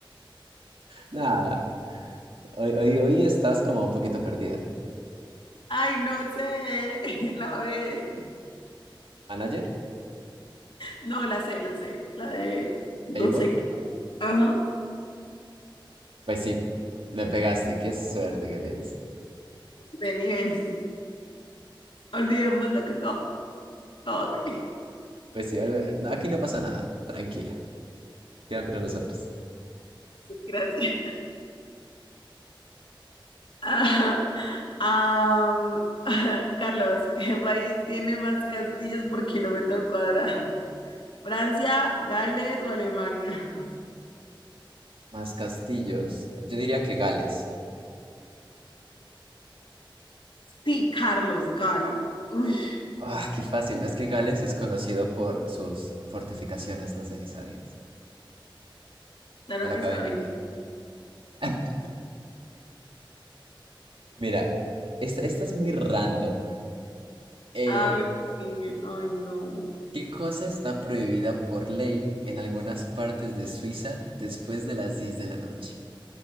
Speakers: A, on the right (about 80°); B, on the left (about 75°).
A: Nada, hoy, hoy, hoy estás como un poquito perdida.
B: Ay, no sé. <laughs> La B.
A: ¿Manager?
B: No, la sé, la sé. La de no
A: ¿Able?
B: sé qué. Ajá.
A: Pues sí, le pegaste. Qué suerte que tienes.
B: Vení, vení. Olvidemos lo que acabo de decir.
A: Pues sí, algo- eh, aquí no pasa nada. Tranquila. Queda entre nosotros.
B: <laughs> Gracias. Ajá. Am, <laughs> Carlos, ¿qué país tiene más castillos por kilómetro al cuadrado? ¿Francia, Gales o Alemania? <laughs>
A: Más castillos. Yo diría que Gales.
B: Sí, Carlos, Gales. Uy,
A: Ah, qué fácil. Es que Gales es conocido por sus fortificaciones. No sé si sabías.
B: Claro
A: Me lo
B: que
A: acabo
B: sabía.
A: de inventar. <laughs> Mira, esta, esta es muy random. Eh,
B: a ver, ay, no.
A: ¿qué cosa está prohibida por ley en algunas partes de Suiza después de las 10 de la noche?